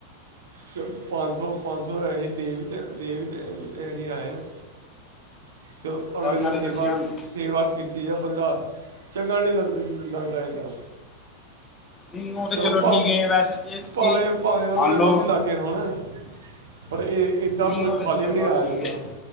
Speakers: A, on the right; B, on the left.
A: ਚ ਪੰਜ ਸੌ ਪੰਜ ਸੌ ਅਸੀਂ ਦੇਵ ਦੇਵਤ ਅਸੀਂ ਆਏ ਹਾਂ। ਚਲੋ
B: ਅੱਛਾ
A: ਅਗਲੇ
B: ਉਹਨਾਂ
A: ਨੇ ਸੇਵਾ।
B: ਦੇ ਬੱਚਿਆਂ ਨੂੰ
A: ਸੇਵਾ ਕੀਤੀ ਹੈ ਬੰਦਾ ਚੰਗਾ ਨਹੀਂ ਲੱਗਦਾ ਲੱਗਦਾ ਇੱਦਾਂ।
B: ਨਹੀਂ ਉਹ ਤਾਂ
A: ਚਲੋ ਭਾਵੇਂ
B: ਠੀਕ ਹੈ ਵੈਸੇ ਜੇ ਤੁਸੀਂ
A: ਭਾਵੇਂ ਭਾਵੇਂ ਉਹਨਾਂ
B: ਮੰਨ
A: ਦੇ
B: ਲਓ
A: ਵੱਧ ਹੀ ਲਾਗੇ। ਲਾਗੇ ਹੋਣ ਪਰ ਇਹ ਏਦਾਂ
B: ਨਹੀਂ
A: ਮਤਲਬ
B: ਉਹ
A: ਖਾਲੀ
B: ਤਾਂ ਚਲੋ
A: ਵੀ ਨਹੀਂ ਆਇਆ
B: ਠੀਕ
A: ਜਾਂਦਾ
B: ਹੈ